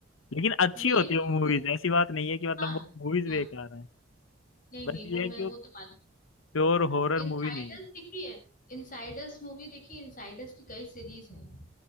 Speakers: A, on the left; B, on the left.
A: लेकिन अच्छी
B: मेन
A: होती
B: तो
A: है वो मूवीज
B: horror-
A: ऐसी बात नहीं है कि मतलब
B: हाँ
A: वो मूवीज
B: हाँ
A: बेकार हैं
B: नहीं
A: बस
B: नहीं
A: ये
B: वो
A: है कि
B: मैं
A: वो
B: वो तो मानू
A: प्योर हॉरर
B: इनसाइडर्स
A: मूवी नहीं है
B: देखी है इनसाइडर्स मूवी देखी इनसाइडर्स की कई सीरीज है